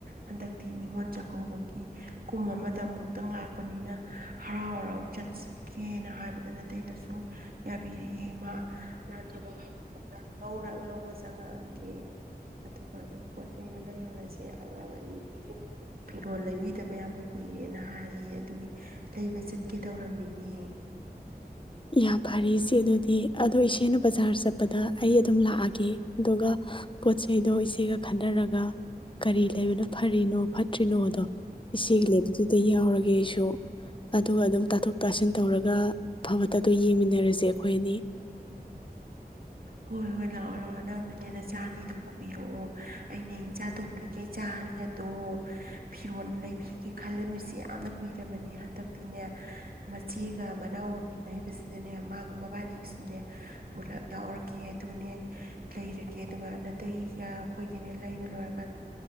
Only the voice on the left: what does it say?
ꯌꯥꯝ ꯐꯔꯦ ꯏꯆꯦ ꯑꯗꯨꯗꯤ ꯑꯗꯣ ꯏꯆꯦꯅ ꯕꯖꯥꯔ ꯆꯠꯄꯗ ꯑꯩ ꯑꯗꯨꯝ ꯂꯥꯛꯑꯒꯦ ꯑꯗꯨꯒ ꯄꯣꯠꯆ ꯆꯩꯗꯣ ꯏꯆꯦꯒ ꯈꯟꯅꯔꯒ ꯀꯔꯤ ꯂꯩꯕꯅꯣ ꯐꯔꯤꯅꯣ ꯐꯠꯇ꯭ꯔꯤꯅꯣꯗꯣ ꯏꯆꯦꯒꯤ ꯂꯩꯕꯗꯨꯗ ꯌꯥꯎꯔꯒꯦ ꯑꯩꯁꯨ ꯑꯗꯨꯒ ꯑꯗꯨꯝ ꯇꯥꯊꯣꯛ ꯇꯥꯁꯤꯟ ꯇꯧꯔꯒ ꯑꯐꯕꯠꯇ ꯑꯗꯨ ꯌꯦꯡꯃꯤꯟꯅꯔꯁꯦ ꯑꯩꯈꯣꯏ ꯑꯅꯤ